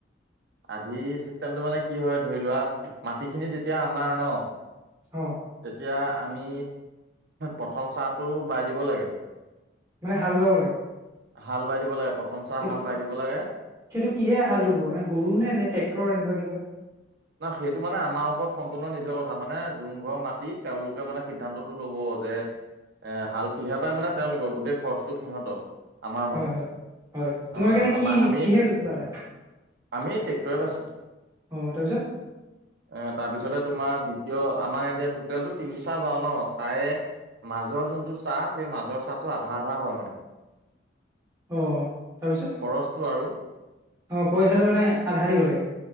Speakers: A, on the right; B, on the right.
A: আন্ধি চিষ্টেমটো মানে কি হয় ধৰি লোৱা মাটিখিনি যেতিয়া আমাৰ ন,
B: অ
A: তেতিয়া আমি প্ৰথম চাটো বাই দিব লাগে।
B: মানে হাল বাব লাগে
A: হাল বাই দিব লাগে প্ৰথম চা
B: সেইটো
A: হাল বাই দিব লাগে।
B: সেইটো কিহে হালটো বোৱা মানে গৰু নে নে টেক্টৰ এনেকা কিবা?
A: ন সেইটো মানে আমাৰ ওপৰত সম্পূৰ্ণ নিজৰ কথা মানে জোনঘৰ মাতি তেওঁলোকে মানে সিদ্ধান্তটো ল'ব যে- এ হাল কিহে বায় মানে তেওঁলোকৰ গোটেই খৰচটো সিহঁত। আমাৰ
B: হয়
A: মানে
B: হয় হয় তোমালোকে
A: অ
B: এনে
A: তাৰপা
B: কি
A: আমি
B: কিহে বালা
A: আমি ট্ৰেক্টৰে বাইছো।
B: অঁ তাৰপিছত?
A: এ তাৰপিছতে তোমাৰ দ্বিতীয় আমাৰ এয়া টুটেলটো তিনিচা বাও ন তাই- মাজৰ যোনটো চা সেই মাজৰ চাটো আধা আধা হয় মানে।
B: অঁ তাৰপিছত?
A: খৰচটো আৰু?
B: অ পইচাটো মানে আধা দিব লাগে।